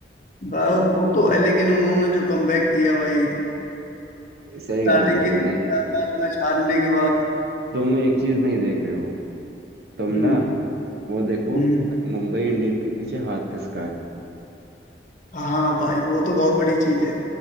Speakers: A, on the left (about 45°); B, on the right (about 60°).
A: भाई वो तो है लेकिन उन्होंने जो कमबैक किया भाई
B: सही
A: स्टार्टिंग
B: बात है
A: के
B: भाई
A: चार पांच मैच हारने के बाद
B: तुम एक चीज नहीं देख रहे हो तुम
A: हम्म
B: ना वो देखो
A: हम्म
B: मुंबई इंडियन के पीछे हाथ किसका है
A: हाँ भाई वो तो बहुत बड़ी चीज है